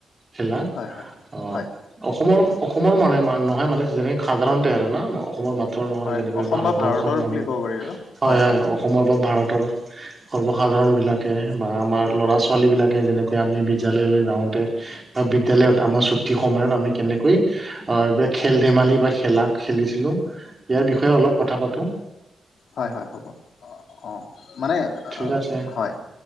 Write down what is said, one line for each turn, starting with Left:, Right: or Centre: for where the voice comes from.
Right: খেলা অ
Left: হয় হয় হয়
Right: অসমৰ-অসমৰ মানে নহয় মানে যেনে সাধাৰণতে আৰু না অসমৰ মাত ত্ৰ নহয়
Left: হয়
Right: যেনেকৈ
Left: অসম
Right: ভাৰতবৰ্ষৰ
Left: বা ভাৰতৰ
Right: মানুহ,
Left: বুলি ক'ব পাৰি আৰু
Right: হয়-হয়
Left: হয় হয়
Right: অসমৰ বা ভাৰতৰ সৰ্বসাধাৰণবিলাকে বা আমাৰ ল'ৰা - ছোৱালীবিলাকে যেনেকৈ আমি বিদ্যালয়লৈ যাওঁতে বা বিদ্যালয়ত আমাৰ ছুটি সময়ত আমি কেনেকৈ আহ এইবিলাক খেল - ধেমালি বা খেলা খেলিছিলোঁ, ইয়াৰ বিষয়ে অলপ কথা পাতোঁ।
Left: হয়-হয় হ'ব, অ', মানে
Right: ঠিক
Left: অ',
Right: আছে
Left: হয়,